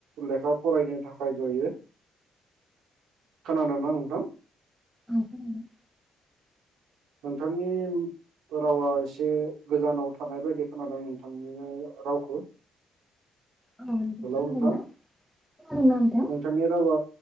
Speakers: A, on the right (about 85°); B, in the centre.
A: लेखा फरायनो थाखाय जयो। खोनादों ना नोंथां?
B: औ खोनादों
A: नोंथांनि रावा एसे गोजानाव थानाय बायदि खोनादों नोंथांनि रावखौ
B: औ नोंथां
A: हेलौ
B: खोनादोंना
A: नोंथां
B: खोनादोंना नोंथां?
A: नोंथांनि रावा